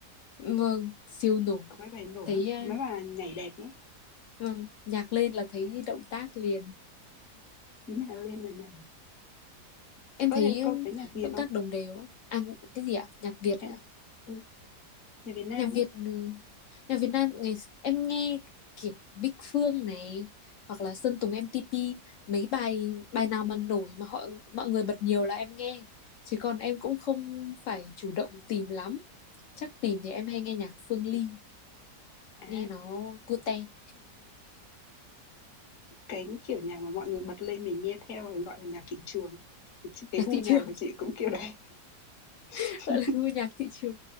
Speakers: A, on the left; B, on the left.
A: vâng siêu nổi
B: có mấy bài nổi
A: thấy
B: lắm,
A: ờ,
B: mấy bài nhảy đẹp lắm,
A: vâng nhạc lên là thấy động tác liền
B: cứ nhảy lên là nhảy.
A: em
B: Có
A: thấy
B: thể có
A: ờ,
B: cái nhạc Việt
A: động
B: không?
A: tác đồng đều á à, cái gì ạ nhạc Việt
B: Em
A: á
B: tôi Nhạc Việt Nam
A: nhạc Việt
B: ấy?
A: ừ, nhạc Việt Nam ngày em nghe kiểu Bích Phương này hoặc là Sơn Tùng MTP mấy bài bài nào mà nổi mà họ mọi người bật nhiều là em nghe chứ còn em cũng không phải chủ động tìm lắm chắc tìm thì em hay nghe nhạc Phương Ly
B: À,
A: nghe nó cute
B: cái, kiểu, nhạc mà mọi người bật lên mình nghe theo rồi gọi là nhạc thị trường ấy. Thì ch cái
A: nhạc
B: gu
A: thị
B: nhạc
A: trường
B: của chị cũng kiểu đấy. <laughs>
A: <laughs> gọi là gu nhạc thị trường